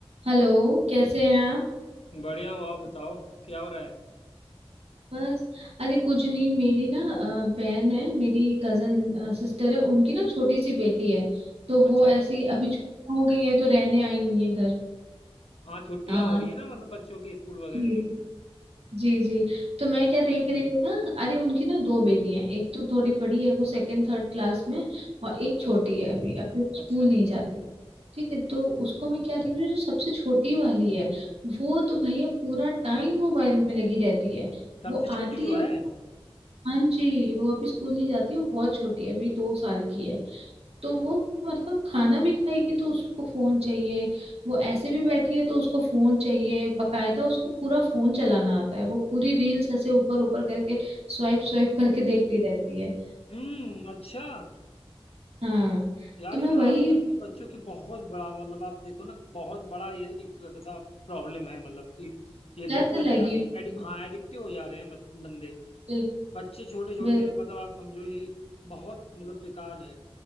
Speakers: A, on the right; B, on the left.
A: Hello कैसे हैं आप
B: बढ़िया हूँ आप बताओ क्या हो रहा है
A: बस अरे कुछ नहीं मेरी ना अ, बहन है मेरी कजन सिस्टर है उनकी ना छोटी सी बेटी है तो वो
B: अच्छा
A: ऐसी अभी छुट्टी हो गई है तो रहने आई हुई है घर
B: हाँ छुट्टियां
A: हाँ
B: हो रही है ना मतलब बच्चों की स्कूल वगैरह
A: जी।
B: की
A: जी जी तो मैं क्या देख रही हूँ ना अरे उनकी ना दो बेटियां हैं एक तो थोड़ी बड़ी है वो सेकंड थर्ड क्लास में है, और एक छोटी
B: अच्छा
A: है अभी अभी वो स्कूल
B: अच्छा
A: नहीं जाती ठीक है तो उसको मैं क्या देख रही हूँ जो सबसे छोटी वाली है वो तो भैया पूरा टाइम मोबाइल में लगी रहती है
B: सबसे
A: वो
B: छोटी
A: आती
B: जो
A: है
B: है
A: हाँ जी वो अभी स्कूल नहीं जाती वो बहुत छोटी है अभी दो साल की है तो वो मतलब खाना भी खाएगी तो उसको फोन चाहिए वो ऐसे भी बैठी है तो उसको फोन चाहिए बकायदा उसको पूरा फोन चलाना आता है वो पूरी रील्स ऐसे ऊपर ऊपर करके स्वाइप स्वाइप करके देखती रहती है
B: हम्म अच्छा
A: हाँ
B: यार
A: तो मैं
B: ये ना
A: वही
B: आजकल के बच्चों की बहुत बड़ा मतलब आप देखो ना तो बहुत बड़ा ये एक तरह से सा प्रॉब्लम है मतलब कि ये लत
A: लत
B: लग
A: लगी
B: जा रही
A: हुई
B: है एडि,
A: है।
B: हाँ एडिक्टिव हो जा रहे हैं बत- बंदे
A: बिल्कुल
B: बच्चे छोटे छोटे
A: बिल्कुल
B: मतलब आप समझो ये बहुत मतलब बेकार है